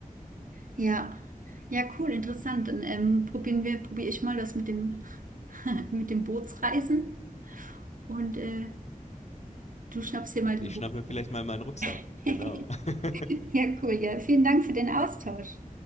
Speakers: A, on the right; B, on the left.
A: ja. Ja, cool, interessant. Dann ähm, probieren wir, probiere ich mal das mit dem, <laughs> mit dem Bootsreisen und äh, du schnappst dir mal
B: Und
A: den
B: ich
A: Rucksack.
B: schnapp mir vielleicht mal meinen Rucksack.
A: <laughs>
B: Genau.
A: <laughs>
B: <laughs>
A: Ja, cool. Ja, vielen Dank für den Austausch.